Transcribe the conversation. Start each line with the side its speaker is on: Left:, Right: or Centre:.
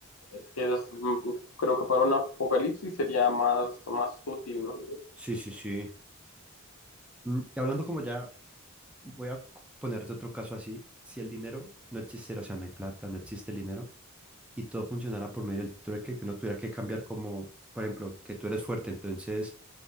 Left: es que es, mm, creo que para un apocalipsis sería más, más útil, ¿no?
Centre: Sí, sí, sí. Mm, Y hablando como ya, voy a c- ponerte otro caso así. Si el dinero no existiera, o sea, no hay plata, no existe el dinero, y todo funcionara por medio del trueque, que uno tuviera que cambiar como, por ejemplo, que tú eres fuerte, entonces